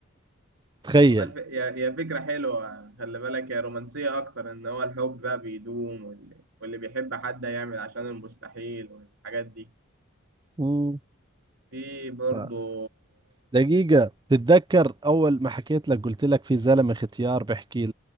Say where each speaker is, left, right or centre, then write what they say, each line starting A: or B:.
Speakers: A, on the right; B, on the right.
A: <laughs> تخيل
B: والله ف... هي هي فكرة حلوة خلي بالك هي رومانسية أكتر إن هو الحب بقى بيدوم واللي, واللي بيحب حد هيعمل عشان المستحيل والحاجات دي
A: مم.
B: في برضه
A: ف- دقيقة تتذكر أول ما حكيت لك قلت لك في زلمة ختيار بحكي